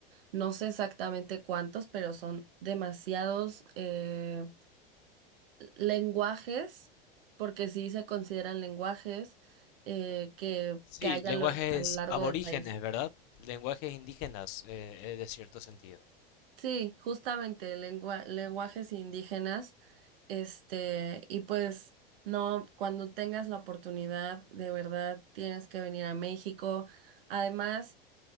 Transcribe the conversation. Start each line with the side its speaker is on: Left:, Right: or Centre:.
Right: no sé exactamente cuántos, pero son demasiados eh, lenguajes, porque sí se consideran lenguajes eh, que,
Left: Sí,
Right: que hay
Left: lenguajes
Right: a lo, a lo largo
Left: aborígenes,
Right: del país.
Left: ¿verdad? Lenguajes indígenas, eh, eh, de cierto sentido.
Right: Sí, justamente lengua- lenguajes indígenas, este, y pues no, cuando tengas la oportunidad, de verdad tienes que venir a México. Además,